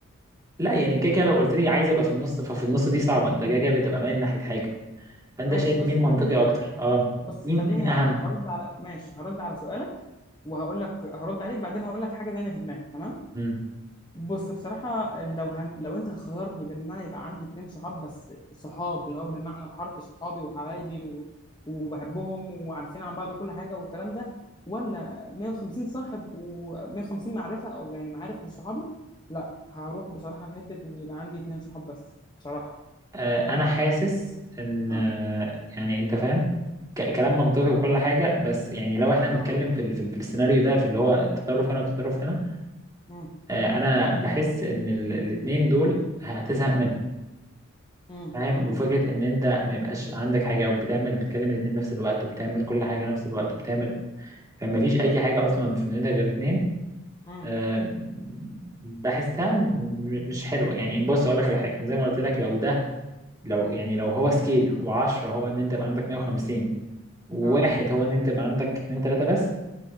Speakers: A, on the right (about 15°); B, on the left (about 20°).
A: لا يعني كده كده لو قلت لي عايز ابقى في النص ففي النص دي صعبة انت كده كده بتبقى مايل ناحية حاجة فانت
B: ماشي
A: شايف
B: بص
A: مين منطقي
B: خليني
A: اكتر اه
B: بص
A: مين
B: خليني
A: مين
B: ه-
A: اهم
B: ه- هرد على ماشي هرد على سؤالك وهقول لك هرد عليك بعدين هقول لك حاجة تانية في دماغي تمام
A: مم.
B: بص بصراحة لو هن... لو انت خيرني بين ان انا يبقى عندي اتنين صحاب بس صحاب اللي هو بالمعنى الحرفي صحابي وحبايبي و... وبحبهم وعارفين عن بعض كل حاجة والكلام ده ولا 150 صاحب و150 معرفة او يعني معارف مش صحابي لا هروح بصراحة لحتة ان يبقى عندي اتنين صحاب بس بصراحة
A: آه انا حاسس ان
B: اه
A: آه، يعني انت فاهم ك- كلام منطقي وكل حاجة بس يعني لو احنا بنتكلم
B: صح
A: في ال- في ال- في السيناريو ده في اللي هو التطرف هنا والتطرف هنا
B: امم
A: آه، انا بحس ان ال- الاتنين دول هتزهق منهم
B: امم
A: فاهم
B: امم
A: وفكرة ان انت ما يبقاش عندك حاجة او بتعمل بتكلم الاتنين نفس الوقت وبتعمل كل حاجة نفس الوقت وبتعمل فما فيش اي حاجة اصلا في دنيتك غير اتنين
B: امم
A: آه، بحسها م- مش حلوة يعني بص اقول لك على حاجة زي ما قلت لك لو ده لو يعني لو هو سكيل وعشرة هو ان انت يبقى عندك 150 وواحد
B: اه
A: هو ان انت يبقى عندك اتنين تلاتة بس